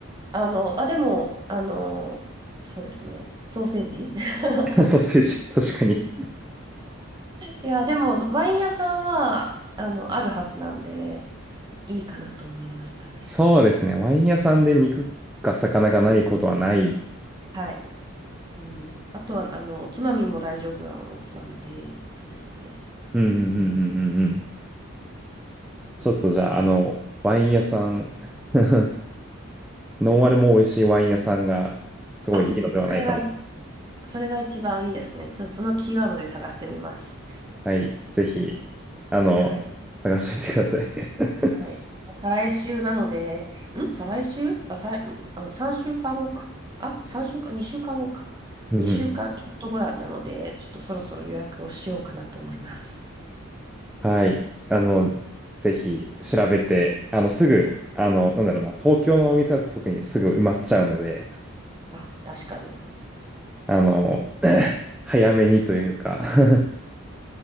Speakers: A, on the right; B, in the centre.
A: あの、あ、でも、あの、そうですね。ソーセージ <laughs>
B: ソーセージ、確かに。
A: いや、でも、ワイン屋さんは、あの、あるはずなんで、いいかなと思いましたね。
B: そうですね。ワイン屋さんで肉か魚がないことはない。
A: はい。うん、あとは、あの、おつまみも大丈夫なおつまみで、そうですね。
B: うんうんうんうんうんうん。
A: うん、ですね。
B: ちょっとじゃあ、あの、ワイン屋さん <laughs> ノンアルも美味しいワイン屋さんがすごいいいのではないかなと。
A: あ、それが一それが一番いいですね。ちょっとそのキーワードで探してみます。
B: はい、ぜひ、あの、
A: はい。
B: 探してみてください。
A: はい。
B: <laughs>
A: 再来週なので、ん再来週あ、再、んあの、3週間後かんごか。あ、3週間、2週間後かんごか。
B: うんうん
A: 2週間ちょっと後だなので、ちょっとそろそろ予約をしようかなと思います。
B: はい、あの、ぜひ調べて、あの、すぐ、あの、なんだろうな、東京のお店だと特にすぐ埋まっちゃうので、
A: あ、確かに。
B: あの、<clears throat> 早めにというか <laughs>